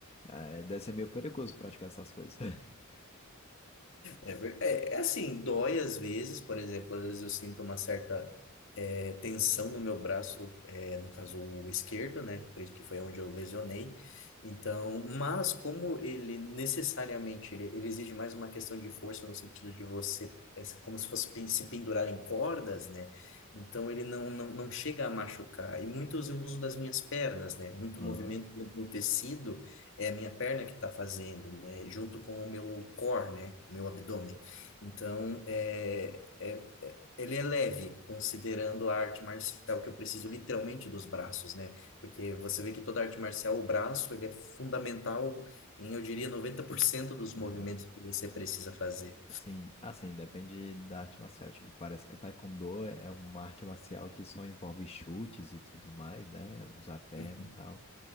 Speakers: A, on the left; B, on the left.
A: é, deve ser meio perigoso praticar essas coisas. <laughs>
B: É, ver- é, é assim, dói às vezes, por exemplo, às vezes eu sinto uma certa é, tensão no meu braço, é, no caso o esquerdo, né? Por isso que foi onde eu lesionei. Então, mas como ele necessariamente ele, ele exige mais uma questão de força no sentido de você, é como se fosse pen- se pendurar em cordas, né? Então ele não, não, não chega a machucar. E muitos eu uso das minhas pernas, né? Muito
A: Aham,
B: movimento do do tecido é a minha perna que está fazendo, né? Junto com o meu core, né? O meu abdômen. Então, é, é, é- ele é leve, considerando a arte marcial que eu preciso literalmente dos braços, né? Porque você vê que toda arte marcial, o braço, ele é fundamental em, eu diria, 90% dos
A: é
B: movimentos
A: verdade.
B: que você precisa fazer.
A: Sim, assim, depende da arte marcial. Tipo, parece que o Taekwondo é uma arte marcial que só envolve chutes e tudo mais, né? Usar a perna
B: Uhum.
A: e tal.